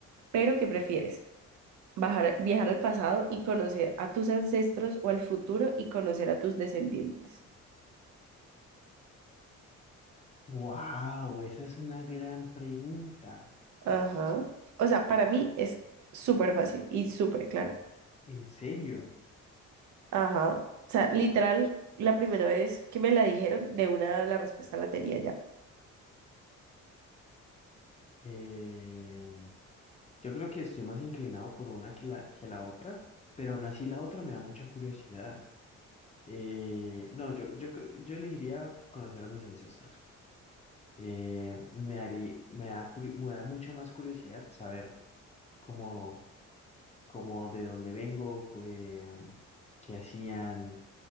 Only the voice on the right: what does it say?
pero ¿qué prefieres? Bajar- viajar al pasado y conocer a tus ancestros o al futuro y conocer a tus descendientes.
Ajá. O sea, para mí es súper fácil y súper clara.
Ajá. O sea, literal, la primera vez que me la dijeron, de una la respuesta la tenía ya.